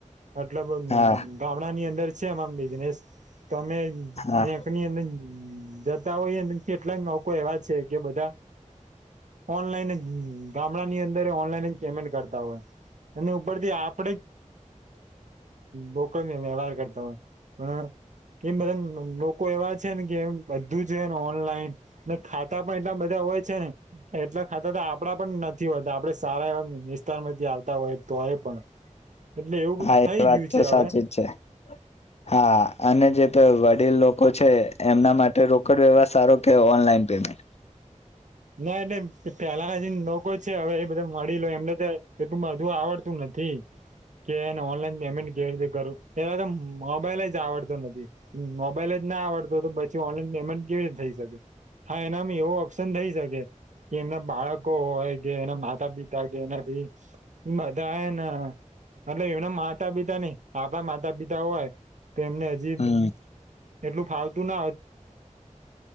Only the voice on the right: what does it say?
મતલબ
ગામડા ની અંદર છે ને બિઝનેસ તમે
બેંકની અંદર જતા હોય ને કેટલા લોકો એવા છે કે બધા ઓનલાઈન જ ગામડા ની અંદર ઓનલાઈન જ પેમેન્ટ કરતા હોય અને <unintelligible> આપ <unintelligible> રોક વ્યવહાર કરતા હોય પણ એ બધા લોકો એવા છે ને કે એમ બધું જને ઓનલાઈન અને ખાતા પણ એટલા બધા હોય છે, ને એટલા ખાતા તો આપડા પણ નથી હોય આપડે સારા એવા વિસ્તાર માંથી આવતા હોય તોય પણ. એટલે એવું
થઈ
ગયું
છે
હવે
ના એટલે પેલા <unintelligible> લોકો છે, હવે એ બધા મળી લો એમને તો એ તું બધું આવડતું નથી. <inaudible> કે એને ઓનલાઈન પેમેન્ટ કે કરરું એલા તો મોબાઈલ જ આવડતો નથી. મોબાઈલ જ ના આવડતો તો પછી ઓનલાઈન પેમેન્ટ કેવી રતે થઈ શકે. હા એનામાં એવો ઓપ્શન થઈ <unintelligible> કે એમના બાળકો હોય કે એના માતા પિતા કે એનાથી એ બધા ના એટલે એમના માતા પિતા નઈ આપડા માતા પિતા હોય તો એમને હજી
એટલું ફાવતું